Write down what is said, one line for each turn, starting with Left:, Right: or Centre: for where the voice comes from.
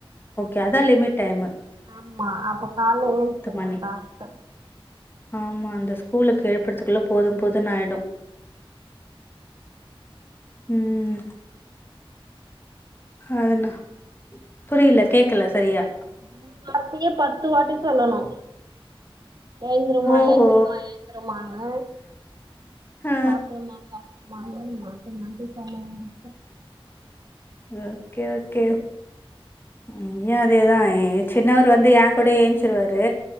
Left: ஓகே அதா லிமிட் டைமு
Right: ஆமா அப்ப காலைல எழுஞ்சிருவா
Left: மணி.
Right: டாண்டு
Left: ஆமா அந்த ஸ்கூலுக்கு எழுப்புறதுக்குள்ள போது போதுனு ஆயிரு ம் அதுனா புரியல கேக்கல சரியா
Right: ஒரு வார்த்தையே பத்து வாட்டி சொல்லணு எழுந்துருமா
Left: ஓஹோ!
Right: எழுந்துருமா எழுந்திருமானு
Left: ஆ.
Right: சாப்டுமா சாப்டுமா அங்கும் மாத்தி மாத்தி சொல்ல வேண்டிருக்கு
Left: ஓகே ஓகே இங்கயு அதேதா சின்னவரு வந்து என் கூடயே என்ச்சிருவாரு